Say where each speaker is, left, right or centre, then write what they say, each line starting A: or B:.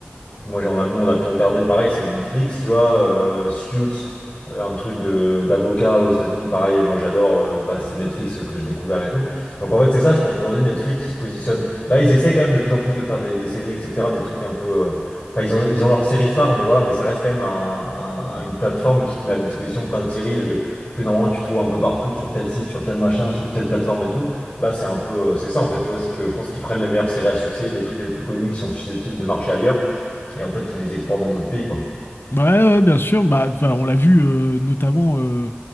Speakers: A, on the left; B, on the left.
A: moi, j'en a- nous, on a tout regardé pareil, c'est Netflix, tu vois. euh, Suits, euh, un truc de d'avocat aux États-Unis, pareil. Moi, j'adore. euh, bah, c'est Netflix que j'ai découvert et tout. Donc, en fait, c'est ça. Je pense qu'aujourd'hui, Netflix, ils se positionnent. Là, ils essaient quand même de plus en plus de faire des, des séries, etc. Des trucs un peu. euh, Enfin, ils ont, ils ont leur série phare, mais voilà, mais ça reste quand même un- un- une plateforme qui te met à disposition plein de séries de, que normalement tu trouves un peu partout, sur tel site, sur tel machin, sur telle plateforme et tout. Là, c'est un peu, euh, c'est ça en fait, tu vois, c'est que je pense qu'ils prennent les meilleures séries à succès, les trucs les plus connus qui sont susceptibles de marcher ailleurs, et en fait, ils les exportent dans d'autres pays, quoi.
B: Ouais, ouais, ouais, bien sûr. Bah, enfin, on l'a vu euh, notamment euh,